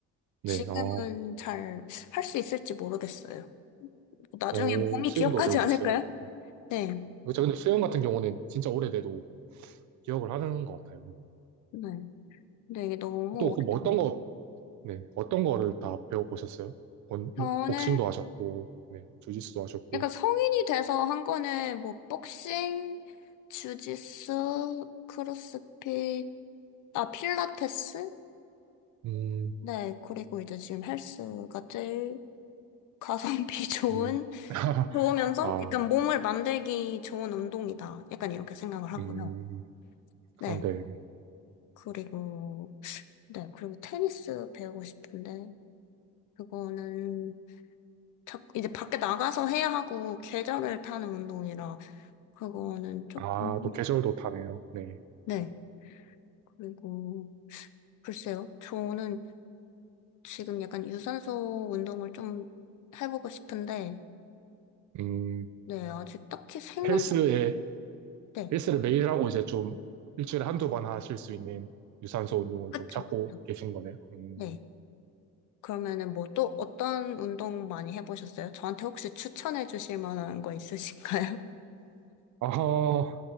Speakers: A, on the right (about 70°); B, on the left (about 80°).
A: 네,
B: 지금은
A: 어,
B: 잘 할 수 있을지 모르겠어요. 나중에
A: 오,
B: 몸이
A: 수영도
B: 기억하지
A: 배우셨어요.
B: 않을까요?
A: 네.
B: 네.
A: 그렇죠. 근데 수영 같은 경우는 진짜 오래돼도 기억을 하는 것 같아요.
B: 네. 근데 이게 너무
A: 또,
B: 오랫동안.
A: 그뭐 어떤 거, 네, 어떤 거를 다 배워보셨어요? 권-
B: 저는
A: 복싱도 하셨고, 네, 주짓수도 하셨고,
B: 약간 성인이 돼서 한 거는 뭐, 복싱, 주짓수, 크로스핏, 아, 필라테스?
A: 음,
B: 네. 그리고 이제 지금 헬스가 제일 가성비 <laughs> 좋은
A: 음. <laughs>
B: 좋으면서
A: 아,
B: 약간 몸을 만들기 좋은 운동이다. 약간 이렇게 생각을 하고요.
A: 음. 그런데,
B: 네. 그리고, 네. 그리고 테니스 배우고 싶은데, 그거는 자, 이제 밖에 나가서 해야 하고, 계절을 타는 운동이라, 그거는 조금,
A: 아, 또 계절도 타네요. 네.
B: 네. 그리고, 글쎄요. 저는 지금 약간 유산소 운동을 좀 해보고 싶은데,
A: 음,
B: 네. 아직 딱히 생각,
A: 헬스에,
B: 네.
A: 헬스를 매일 하고 이제 좀 일주일에 한두 번 하실 수 있는 유산소 운동을
B: 그쵸,
A: 좀 찾고
B: 그쵸.
A: 계신 거네요. 음,
B: 네. 그러면은 뭐 또 어떤 운동 많이 해보셨어요? 저한테 혹시 추천해 주실 만한 거 있으실까요?
A: 아,